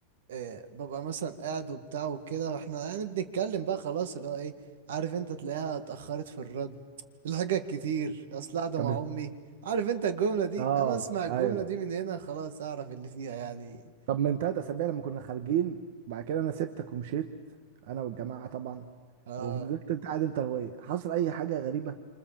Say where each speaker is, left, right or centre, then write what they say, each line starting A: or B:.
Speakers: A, on the right; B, on the right.
A: إيه ببقى مثلا قاعد وبتاع وكده واحنا يعني بنتكلم بقى خلاص اللي هو ايه عارف انت تلاقيها اتأخرت في الرد الحاجات كتير اصل قاعدة
B: طب
A: مع امي عارف انت الجملة دي
B: اه
A: انا اسمع الجملة
B: ايوه
A: دي من هنا خلاص اعرف اللي فيها يعني
B: طب من تلات اسابيع لما كنا خارجين وبعد كده انا سبتك ومشيت انا والجماعه طبعا
A: اه
B: وفضلت انت قاعد انت وهي حصل اي حاجه غريبه